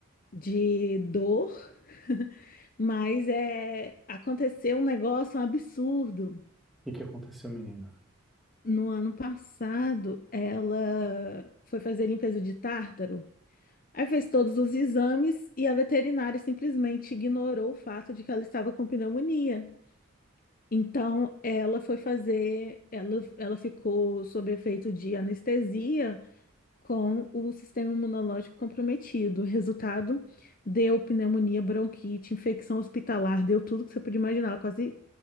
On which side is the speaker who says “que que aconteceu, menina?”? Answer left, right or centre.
Centre